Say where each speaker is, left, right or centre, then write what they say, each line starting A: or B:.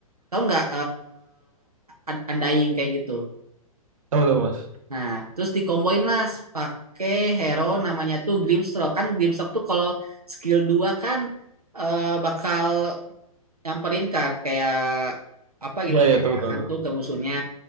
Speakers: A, on the right; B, on the right.
A: tahu nggak eh undying kayak gitu
B: Tahu tahu Mas.
A: nah terus dikomboin lah pakai hero namanya tuh Grimstroke kan Grimstroke tuh kalau skill 2 kan eh, bakal nyamperin kak kayak apa gitu
B: Iya iya
A: kayak
B: tahu tahu
A: hantu
B: tahu.
A: ke musuhnya